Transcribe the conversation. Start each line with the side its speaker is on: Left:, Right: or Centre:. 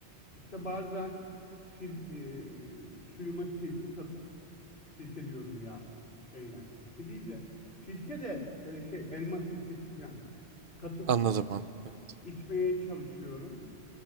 Left: İşte bazen sil, e, suyuma sirke katıp sirke diyorum ya şey yani sirke değil de sirke de böyle şey elma sirkesi falan katıp
Right: anladım anladım. Evet,
Left: içmeye çalışıyorum.